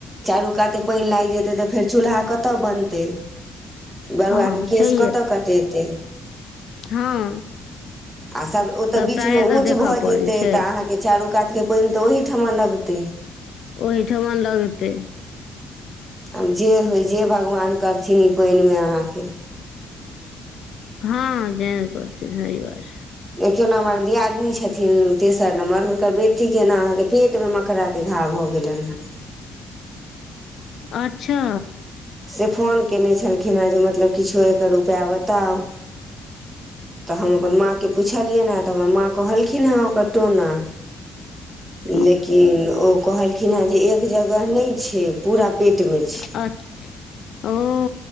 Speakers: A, on the right; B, on the left.
A: चारू काते पानि लागि जेतै तऽ फेर चूल्हा कतय बनतै बउआ
B: हँ
A: के केश
B: छैहे
A: कतय कटेतै
B: हँ
A: आ तऽ
B: सबटाए
A: बीच मे
B: तऽ
A: ऊंच
B: देखऽ
A: भ
B: पड़ै
A: जैतऽ
B: छै
A: अहाँ चारू कात के पानि तऽ ओहिठमा लगतै
B: ओहिठमा लगते
A: आब जे होइ जे भगवान करथिन ई पानिमे अहाँके
B: हँ जे करथिन सही बात छै
A: देखियो न हमर दियादनी छथिन तेसर नम्बर हुनकर बेटी केना अहाँ के पेटमे मकरा के घाव भ गेलनि हेँ
B: अच्छा
A: से फोन कयने छलखिन हे जे मतलब किछो एकर उपाय बताउ तऽ हम अपन माँ के पुछलियै ने तऽ हमर माँ कहलखिन हँ ओकर टोना
B: <unintelligible>
A: लेकिन ओ कहलखिन हँ जे एक जगह नहि छै पूरा पेट मे छै
B: अच्छा ओ